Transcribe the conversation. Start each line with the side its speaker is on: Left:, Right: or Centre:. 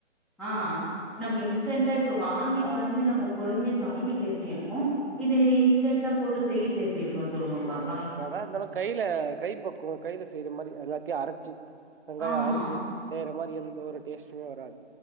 Centre: ஆ நம்ப இன்ஸ்டன்டா இப்ப வாங்கிட்டு
Right: ஆ
Centre: வந்து நம்போ பொறுமையா ஸ் சமைக்கிறது எப்டி இருக்கூ இது இன்ஸ்டன்டா போட்டு செய்றது எப்டி இருக்கூ சொல்லுங்க பாப்
Right: ன்னாத ர்ந்தாலு கையில கை பக்குவோ கையில செய்யற மாரி எல்லாத்தையு அரச்சு வெங்காயோ
Centre: ஆமா
Right: அரிஞ்சு செய்யற மாரி எந்த ஒரு டேஸ்ட்டுமே வராது